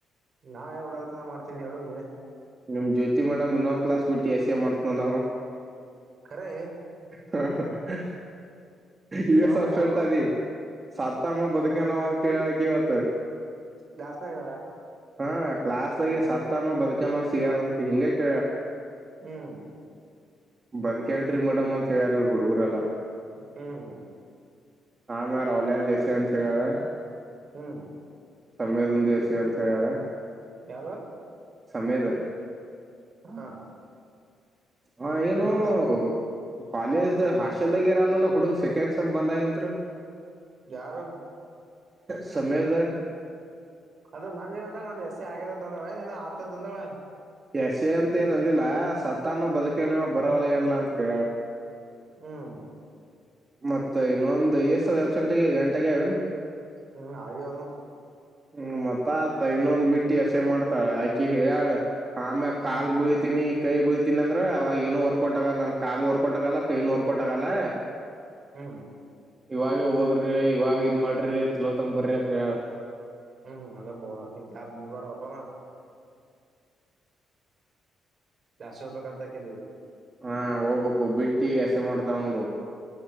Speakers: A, on the right (about 50°); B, on the right (about 30°).
A: ನಾನೇ ಎಲ್ಲ್ ಉಡಲ್ತನ ಮಾಡ್ತೀನಿ ಹೇಳು ನೀನೆ
B: ನಿಮ್ ಜ್ಯೋತಿ ಮೇಡಮ್ ಇನ್ನೊಂದು ಕ್ಲಾಸ್ ಬಿಟ್ಟ ಎಸ್ ಎ ಮಾಡ್ತನ
A: ಖರೆ
B: ಹಾ ಹ ಈಗ
A: ಯಾವಾಗಂದಳು
B: ಸಪ್ಸೆಂಟ್ ಅದಿ ಸತ್ತಾನ ಬದುಕನ ಅಂತ ಕೇಳ ಇವತ್ತು
A: ಕ್ಲಾಸ್ ನಾಗ
B: ಹಾ ಕ್ಲಾಸಲ್ಲಿ ಸತ್ತಾನೋ ಬದುಕಾನೋ ಸಿಯಾರ ಹಿಂಗ ಕ
A: ಹ್ಮ್
B: ಬದಕೇನ್ರಿ ಮೇಡಮ್ ಅಂತತ್ ಹೇಳ್ಯಾರ ಹುಡುಗರಲ್ಲಾ
A: ಹ್ಮ
B: ಹಾ ಮ ರೌಲ ಜಸ ಅಂತಂತ ಹೇಳ <unintelligible>
A: ಹ್ಮ್
B: ಸಮಮ್ಮೇದ ದಸಿಯಂ ಚಯಳ <unintelligible>
A: ಯಾರು
B: ಸಮೇತ
A: ಹಾ
B: ಹಾ ಏನು
A: ನಂದು
B: <inaudible> ಕಾಲೇಜ್ ಹಾಸ್ಟೆಲ್ದಾಗ ಇರಲ್ಲಾ ಹುಡುಗಗ್ ಸೆಕೆಂಡ್ ಸೆಮ್ ಬಂದಗತ್
A: ಯಾರು
B: ಸಮೀರ್ತ
A: ಅದು ನಂದಏನ ಅಂದ್ರೆ ನಂದ್ ಎಸ ಆಗಿದೆ ಅಂತಂದಾಳೆ ನೀನ್ ಆತಂತ ಅಂದ್ರಳೆ <unintelligible>
B: ಎಸೆ ಅಂತ ಏನಂದಿಲ್ಲ ಸತ್ತ ಅಾನ ಬದುಕನವ ಬರವಲ್ಲ ಏನಲ್ಲಾ ಅಂತ ಕೇಳಳ
A: ಹ್ಮ್
B: ಮತ್ತೆ ಇನ್ನೊಂದ ಸಾವ ಎರ ಗಂಟೆಗೆ ಗಂಟೆಗೆ ಅವೇನ್ <unintelligible>
A: ಹ್ಮ್ ಆಗಂದ <unintelligible>
B: ಹ್ಮ್ ಮತ್ತ ಆತ ಇನ್ನೊಂದ್ ಬಿಟ್ಟಿ ಎಸೆ ಮಾಡ್ತಾಳ ಆಕಿ ಹೇಳ್ಯಾಾಳ ಆಮೇಲೆ
A: ಹ್ಮ್
B: ಕಾಲ್ ಬಯ್ತೀನಿ ಕೈ ಬೀಳ್ತೀನಿ ಅಂದ್ರ ಅವಾಗ ಏನು ಹೊರ್ಕೋಟಾಗಲ್ಲ ನನ್ ಕಾಲು ಹೊರ್ಕೋಟಗಲ್ಲ ಕೈನು ಹೊರ್ಕೊಟ ಆಗಲ್ಲ
A: ಹ್ಮ್
B: ಇವಾಗ ಹೋದ್ರಿ ಇವಾಗ ಇದ್ ಮಾಡ್ರಿ ಚಲೋ ತಂಗ ಬರ್ರಿ ಅಂತ ಹೇಳೋಳೆ
A: ಹ್ಮ್ ಅ ಕಾಸ್ ಬಿ್ ಮಾಡಡದಪ್ಪದ <unintelligible> ಲಾಸೋಭ ಕತ ಎಂ <unintelligible>
B: ಹಾ ಹೋಗ್ಬೇಕು ಬಿಟ್ಟು ಎಸೆ ಮಾಡ್ತಾವ ನೋಡು